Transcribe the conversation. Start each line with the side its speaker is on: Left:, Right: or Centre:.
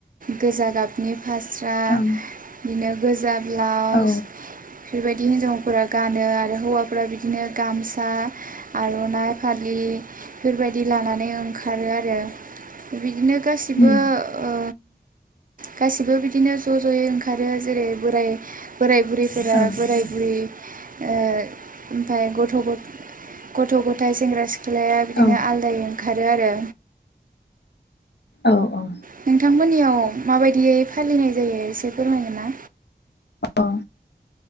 Right: गोजा गाबनि फास्रा। बिदिनो।
Left: ओं
Right: गोजा। ब्लाउस
Left: औ
Right: बेफोरबायदि हिनजावफोरा। गानो आरो हौवाफ्रा बिदिनो गामसा। आर'नाइ फालि बेबायदि लानानै ओंखारो आरो बिदिनो गासिबो
Left: उम
Right: ओ गासिबो बि बिनो ज' ज'यै ओंखारो जेरै बोराय बोराय बुरैफोरा
Left: औ
Right: बोराय बुरै ओ ओमफाय गथ' गथ गथ' गथाय सेंग्रा सिख्ला सिख्लाया बिदिनो
Left: औ
Right: आलदायै ओंखारो आरो।
Left: औ औ।
Right: नोंथांमोननियाव माबायदियै फालिनाय जायो एसे फोरमायगोन ना।
Left: औ